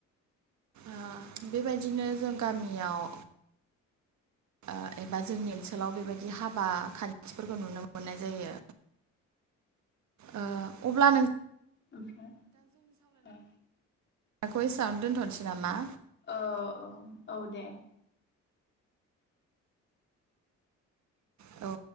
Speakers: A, on the right; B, on the left.
A: ओ बेबायदिनो जों गामियाव ओ एबा जोंनि ओनसोलाव बेबायदि हाबा खान थिफोरखौ नुनो मोननाय जायो। ओ अब्ला नों
B: ओमफ्राय ओ
A: खौ एसेयावनो दोन्थनोसै नामा।
B: ओ औ औ दे
A: औ